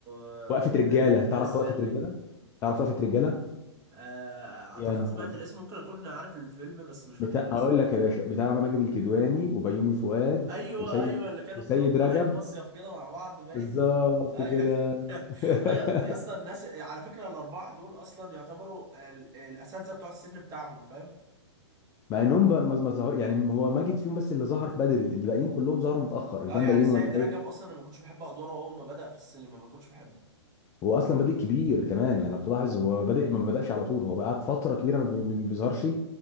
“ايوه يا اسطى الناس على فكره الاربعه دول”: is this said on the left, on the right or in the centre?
Right